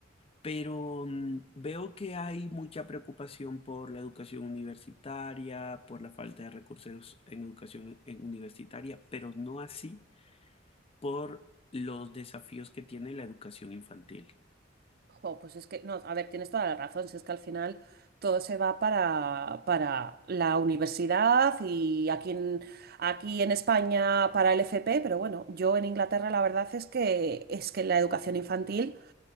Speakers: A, on the left; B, on the right.
A: pero mm, veo que hay mucha preocupación por la educación universitaria, por la falta de recursos en educación en- universitaria, pero no así por los desafíos que tiene la educación infantil.
B: Jo, pues es que, no, a ver, tienes toda la razón, si es que al final todo se va para, para la universidad y aquí en, aquí en España para el FP, pero bueno, yo en Inglaterra la verdad es que, es que la educación infantil